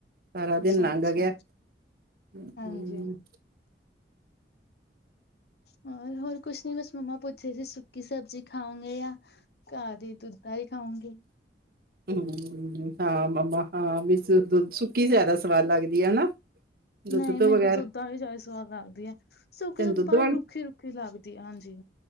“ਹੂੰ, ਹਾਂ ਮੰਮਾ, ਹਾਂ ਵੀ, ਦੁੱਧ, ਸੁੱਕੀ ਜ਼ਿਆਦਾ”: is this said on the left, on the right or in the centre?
Right